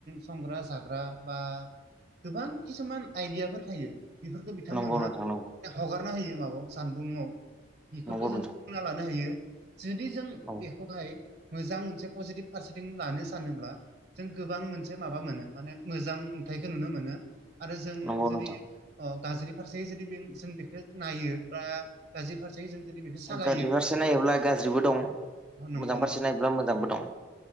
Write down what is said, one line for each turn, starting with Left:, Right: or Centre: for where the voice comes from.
Right: संग्रा जाग्रा बा गोबां किसुमान आइदियाफोर थायो बेफोरखौ बिथांमोनहा
Centre: नंगौ नोंथां नंगौ
Right: हगारना होयो माबायाव जानबुंआव बेफोरखौ
Centre: नोंथां नंगौ
Right: जों
Centre: नोंथां
Right: ल हायो जुदि जों
Centre: औ
Right: बेखौ बेाय मोजां मोनसे पजिटिभ फारसेथिं लानो सानोब्ला जों गोबां मोनसे माबा मोनो माने मोजां नुथायखौ नुनो मोनो आरो जों
Centre: नंगौ
Right: जुदि
Centre: नोंथां
Right: अ गाज्रि फारसे जुदि जों बेखौ नायो बा गाज्रि फारसे जों जुदि बेखौ सालायो
Centre: गाज्रि फारसे नायोब्ला
Right: अ
Centre: गाज्रिबो दं
Right: नंगौ
Centre: मोजां
Right: नंगौ
Centre: फारसे नायोब्ला मोजांबो दं